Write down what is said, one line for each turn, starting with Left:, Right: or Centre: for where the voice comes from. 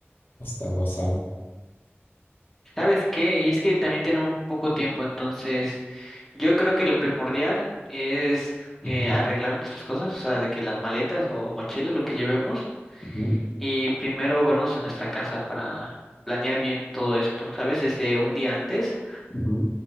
Left: hasta Guasave.
Centre: ¿Sabes qué? Y es que también tenemos un poco tiempo, entonces yo creo que lo primordial es eh,
Left: Ujú,
Centre: arreglar nuestras cosas, o sea, de que las maletas o mochilas, lo que llevemos,
Left: ujú,
Centre: y primero vernos en nuestra casa para planear bien todo esto, ¿sabes? Desde un día antes
Left: ujú.